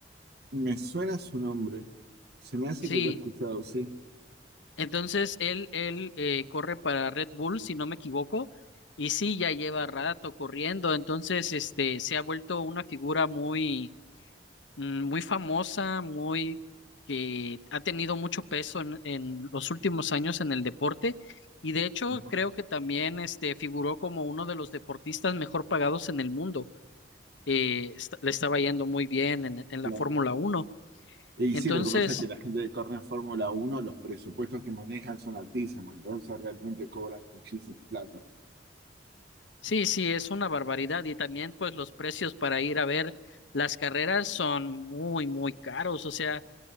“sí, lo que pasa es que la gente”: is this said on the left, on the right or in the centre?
Right